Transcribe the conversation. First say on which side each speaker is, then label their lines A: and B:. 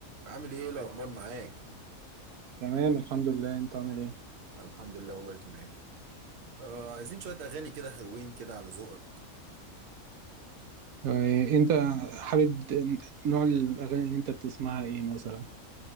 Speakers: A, on the right (about 55°); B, on the right (about 80°).
A: عامل ايه الاخبار معاك
B: تمام الحمد لله انت عامل ايه
A: الحمد لله والله تمام آه عايزين شويه اغاني كده حلوين كده على ذوقك
B: يعني انت حابب ن- نوع الاغاني اللي انت بتسمعها ايه مثلا